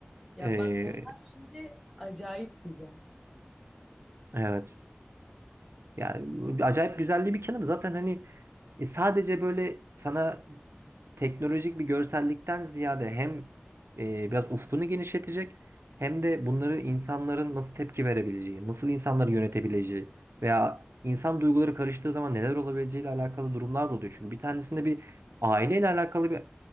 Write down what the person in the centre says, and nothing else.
Ya
bak onlar şimdi acayip güzel.